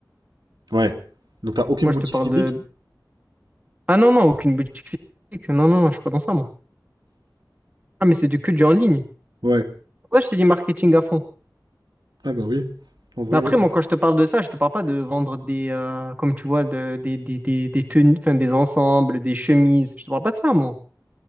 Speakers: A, on the right; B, on the right.
A: Ouais. Donc t'as aucune
B: Moi
A: boutique
B: je te parle
A: physique?
B: de, ah non non, aucune boutique physique. Non non, je suis pas dans ça moi. Ah mais c'est du que du en ligne.
A: Ouais.
B: Pourquoi je te dis marketing à fond?
A: Ah bah oui. En vrai
B: Mais après
A: ouais.
B: moi quand je te parle de ça, je te parle pas de vendre des, euh, comme tu vois, de, des des des des tenues, enfin des ensembles, des chemises. Je te parle pas de ça moi.